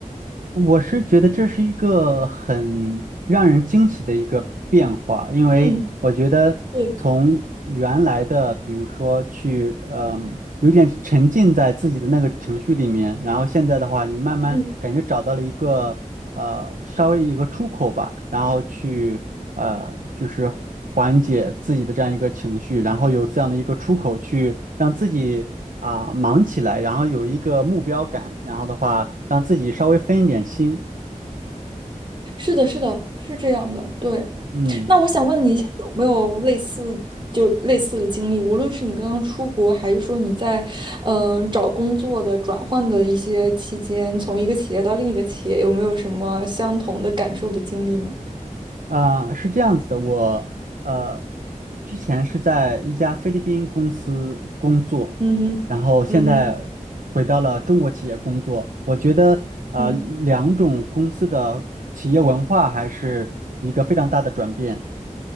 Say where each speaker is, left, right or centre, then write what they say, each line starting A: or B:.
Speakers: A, on the right; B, on the right.
A: 我是觉得这是一个很让人惊喜的一个变化，因为我觉得从原来的，
B: 嗯，对，
A: 比如说去，嗯，有点沉浸在自己的那个情绪里面，然后现在的话，你慢慢感觉找到了一个。
B: 嗯，
A: 呃稍微一个出口吧，然后去呃就是缓解自己的这样一个情绪，然后有这样的一个出口去让自己啊、忙起来，然后有一个目标感，然后的话让自己稍微分一点心，
B: 是的，是的，是这样的，对。
A: 嗯。
B: 那我想问你一下，有没有类似就类似的经历？无论是你刚刚出国，还是说你在嗯、呃找工作的转换的一些期间，从一个企业到另一个企业，有没有什么相同的感受的经历呢？
A: 啊、是这样子的，我呃之前是在一家菲律宾公司工作，
B: 嗯哼，
A: 然后现在回到了中国企业工作。
B: 嗯哼，
A: 我觉得啊，
B: 嗯
A: 两种公司的企业文化还是一个非常大的转变。